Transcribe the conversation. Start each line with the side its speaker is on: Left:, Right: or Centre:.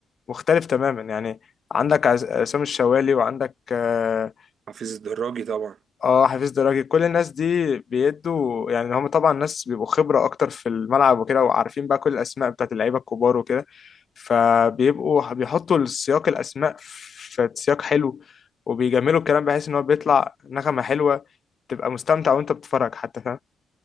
Left: مختلف تماما يعني عندك عز- عصام الشوالي وعندك آه
Right: حفيظ الدراجي طبعا
Left: اه حفيظ دراجي كل الناس دي بيدوا يعني هم طبعا ناس بيبقوا خبرة اكتر في الملعب وكده وعارفين بقى كل الاسماء بتاعت اللعيبة الكبار وكده فبيبقوا بيحطوا السياق الاسماء في سياق حلو وبيجملوا الكلام بحيث ان هو بيطلع نغمة حلوة تبقى مستمتع وانت بتتفرج حتى فاهم